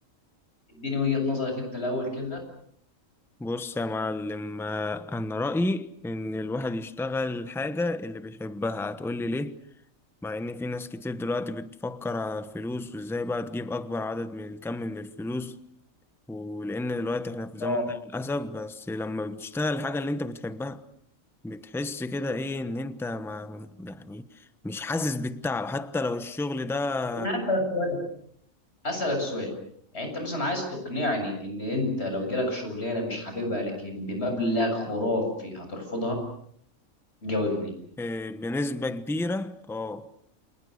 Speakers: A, on the left (about 50°); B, in the centre.
A: اديني وجهه نظرك انت الاول كده
B: بص يا معلم آه، أنا رأيي إن الواحد يشتغل الحاجة اللي بيحبها هتقولي ليه؟ مع إن في ناس كتير دلوقتي بتفكر على الفلوس وإزاي بقى تجيب أكبر عدد من الكم من الفلوس ولأن دلوقتي إحنا في زمن
A: اه
B: ده للأسف بس لما بتشتغل الحاجة اللي أنت بتحبها بتحس كده إيه إن أنت ما يعني مش حاسس بالتعب حتى لو الشغل ده
A: انا هسألك سؤال هسألك سؤال يعني انت مثلا عايز تقنعني ان انت لو جالك شغلانه مش حاببها لكن بمبلغ خرافي هترفضها جاوبني
B: آه، بنسبة كبيرة أه